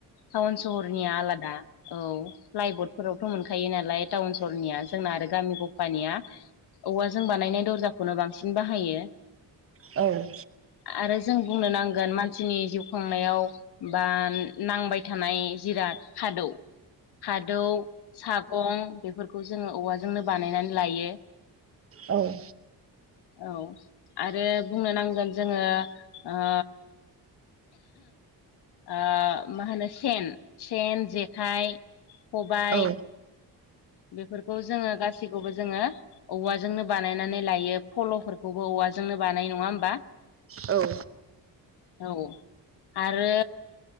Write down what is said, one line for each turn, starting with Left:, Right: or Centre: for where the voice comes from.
Left: टाउन सहरनिया आलादा औ फ्लाइबर्ड फोरावथ' मोनखायो नालाय टाउन सहरनिया जोंना आरो गामि गफानिया औवाजों बानायनाय दरजाखौनो बांसिन बाहायो।
Right: औ।
Left: आरो जों बुंनो नांगोन मानसिनि जिउ खांनायाव बा नांबाय थानाय जिराद खादौ खादौ सागं बेफोरखौ जोङो औवाजोंनो बानायनानै लायो।
Right: औ।
Left: औ आरो बुंनो नांगोन जोङो ओ ओ मा होनो सेन सेन जेखाइ खबाइ
Right: औ।
Left: बेफोरखौ जोङो गासिखौबो जोङो औवाजोंनो बानायनानै लायो फल'फोरखौबो औवाजोंनो बानायो नङा होमबा?
Right: औ।
Left: औ आरो